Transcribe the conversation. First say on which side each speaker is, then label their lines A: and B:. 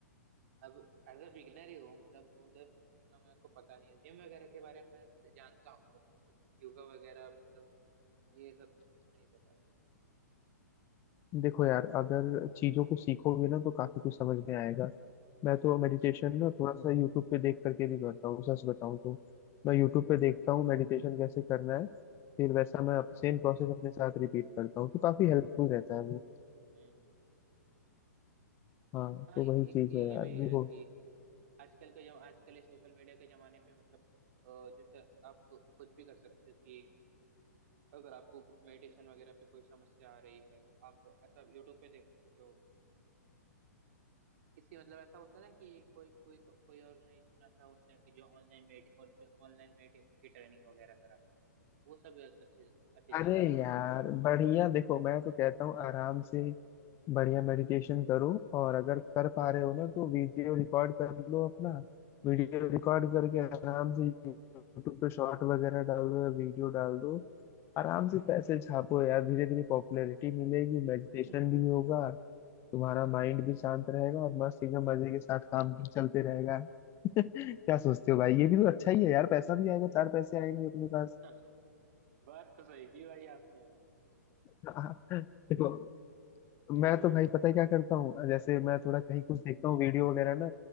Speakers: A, on the right; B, on the left.
A: अब एज अ बिगनर ही हूँ मतलब उधर मत- इतना मेरे को पता नहीं है जिम वगैरह के बारे में जानता हूँ बट मतलब योगा वगैरह मतलब ये सब नहीं पता
B: देखो यार अगर चीजों को सीखोगे ना तो काफी कुछ समझ में आएगा मैं
A: हम्म
B: तो मेडिटेशन ना थोड़ा सा यूट्यूब पे देख करके भी करता हूँ सच बताऊँ तो
A: हम्म
B: मैं यूट्यूब पे देखता हूँ मेडिटेशन कैसे करना है फिर वैसा
A: हम्म हम्म
B: मैं सेम प्रोसेस अपने साथ रिपीट करता हूँ तो काफी हेल्पफुल रहता है वो
A: हम्म हम्म।
B: हाँ
A: हाँ
B: तो
A: एक
B: वही चीज
A: ये
B: है यार
A: भी है
B: देखो
A: कि आजकल का जो आजकल ये सोशल मीडिया के जमाने पे मतलब अ, जैसे आप कु- कुछ भी कर सकते हो कि अगर आपको मेडिटेशन वगैरह पे कोई समस्या आ रही है तो आप ऐसा यूट्यूब पे देख सकते हो किसी मतलब ऐसा होता है ना कि कोई कोई कोई ऑर्गेनाइजेशन ऐसा होता है कि जो ऑनलाइन मेडि और ऑनलाइन मेडिटेशन की ट्रेनिंग वगैरह कराता है वो सब अच्छे अच्छी
B: अरे
A: चीजें रहती
B: यार
A: हैं
B: बढ़िया देखो मैं तो कहता हूँ आराम से बढ़िया मेडिटेशन करो और अगर कर पा रहे हो ना तो वीडियो रिकॉर्ड कर लो अपना वीडियो
A: हम्म
B: रिकॉर्ड करके आराम से यूट्यूब पे शॉर्ट वगैरह डाल दो या वीडियो डाल दो
A: हम्म
B: आराम से पैसे छापो यार धीरे धीरे पॉपुलैरिटी मिलेगी मेडिटेशन
A: हम्म,
B: भी होगा तुम्हारा माइंड भी शांत रहेगा और मस्त एकदम मजे के साथ काम चलते रहेगा <laughs> क्या सोचते हो भाई ये भी तो
A: हम्म।
B: अच्छा ही है यार पैसा भी आएगा चार पैसे आएंगे अपने पास
A: <laughs> बात तो सही की भाई आपने
B: <laughs> हाँ, देखो मैं
A: ये
B: तो भाई पता है क्या करता हूँ जैसे मैं थोड़ा कहीं कुछ देखता हूँ वीडियो वगैरह ना